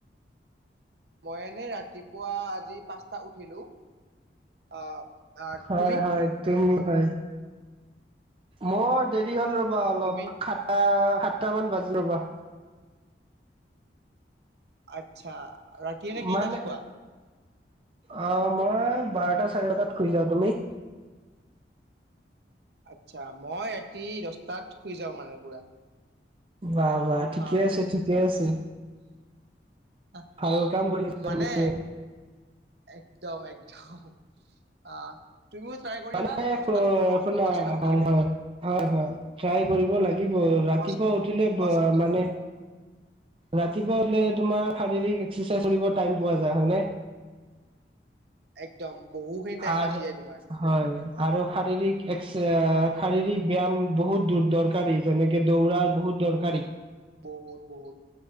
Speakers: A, on the right; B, on the right.
A: মই এনে ৰাতিপুৱা আজি পাঁচটা উঠিলো আহ আহ
B: হয়
A: তুমি
B: হয় তুমি হয়। মই দেৰি হ'ল ৰ'বা অলপ
A: তুমি
B: খাটা সাতটামান বাজিল ৰ'বা।
A: আচ্ছা ৰাতি এনে কেইটাত
B: মানে
A: শুৱা?
B: অ', মই বাৰটা চাৰে বাৰটাত শুই যাওঁ তুমি?
A: আচ্ছা মই ৰাতি দহটাত শুই যাওঁ মানে পুৰা।
B: বাহ বাহ ঠিকে
A: হা
B: আছে ঠিকে আছে।
A: আহ,
B: ভাল কাম কৰিছা
A: মানে
B: তুমি।
A: একদম একদম আহ তুমিও ট্ৰাই কৰিবা।
B: মানে
A: দহটাত শুব
B: শুনা
A: পাঁচটাত উঠিব
B: হয় হয় হয় হয় ট্ৰাই কৰিব লাগিব ৰাতিপুৱা
A: কোৱাচোন
B: উঠিলে
A: কোৱাচোন
B: মানে ৰাতিপুৱা উঠিলে তোমাৰ শাৰীৰিক এক্সাৰচাইজ কৰিব টাইম পোৱা যাই হয়নে?
A: একদম বহুখিনি টাইম
B: আৰু
A: বাচি যায় তোমাৰ।
B: হয় আৰু শাৰীৰিক এক্স শাৰীৰিক ব্যাম বহুত দূৰ দৰকাৰী যেনেকে দৌৰা বহুত দৰকাৰী।
A: বহুত বহুত